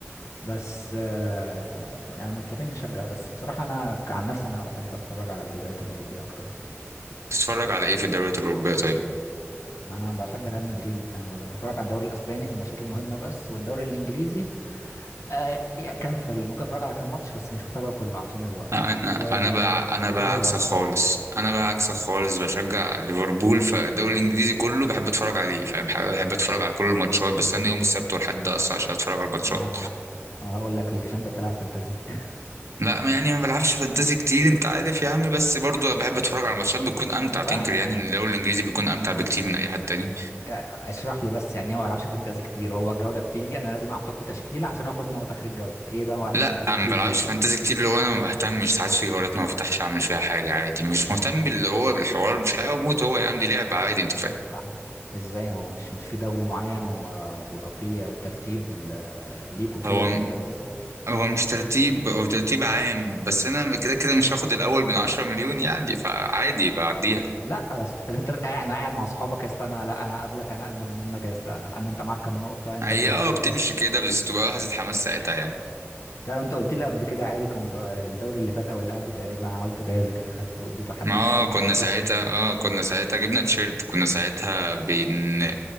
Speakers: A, on the left (about 80°); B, on the right (about 75°).
A: بس آه، يعني مضطرين نشجع بس بصراحه انا عن نفسي انا بحب اتفرج على الدوريات الاوروبيه اكتر اصلا
B: تتفرج على ايه في الدوريات الاوروبيه طيب
A: انا بشجع ريال مدريد يعني انا بتفرج على الدوري الاسباني في الماتشات المهمه بس والدوري الانجليزي آه يا كام فريق ممكن اتفرج على كام ماتش بس مش متابعه كله عشان الوقت
B: انا
A: و...
B: انا بقى انا
A: ودوري
B: بقى عكسك
A: الابطال
B: خالص انا بقى عكسك خالص بشجع ليفربول فالدوري الانجليزي كله بحب اتفرج عليه فاهم حاجه بحب اتفرج على كل الماتشات بستنى يوم السبت والحد اصلا عشان اتفرج على الماتشات
A: ما هقول لك ليه عشان انت بتلعب فانتازي <laughs>
B: لا يعني ما بلعبش فانتازي كتير انت عارف يا عم بس برضه بحب اتفرج على ماتشات بتكون امتع تنكر
A: لحظة.
B: يعني إن الدوري الانجليزي بيكون امتع بكتير من اي حد تاني
A: آه، اشرح لي بس يعني ايه ما بلعبش فانتازي كتير هو الجوله بتيجي انا لازم احط تشكيله عشان اخد نقط اخر الجوله ايه بقى ما بلعبش
B: لا
A: فانتازي
B: انا
A: كتير
B: ما بلعبش
A: دي
B: فانتازي كتير اللي هو انا ما بهتمش ساعات في جولات ما بفتحش اعمل فيها حاجه عادي مش مهتم باللي هو بالحوار مش حياه وموت هو يا عم دي لعبه عادي انت
A: <laughs>
B: فاهم
A: لحظة. ازاي هو مش مش في دوري معين و- او في ترتيب ال- ليك وكده
B: هو
A: في الفانتازي
B: هو مش ترتيب هو ترتيب عام بس انا كده كده مش هاخد الاول من 10 مليون يعني فعادي بعديها
A: لا بس بس انت قاعد انا قاعد مع اصحابك يا اسطى انا لا انا قبلك انا اجمد منك يا اسطى انا انت معاك كام نقطه انت
B: هي
A: الترتيب
B: اه بتمشي
A: كام
B: كده بس تبقى لحظه حماس ساعتها يعني
A: لا انت قلت لي قبل كده عادي كنت آه، الدوري اللي فات او اللي قبله تقريبا عملته جايزه كده خدته اديته حد
B: اه
A: كده انا
B: كنا
A: مش فاكر
B: ساعتها
A: اديته ايه
B: اه كنا ساعتها جبنا تيشيرت كنا ساعتها بن...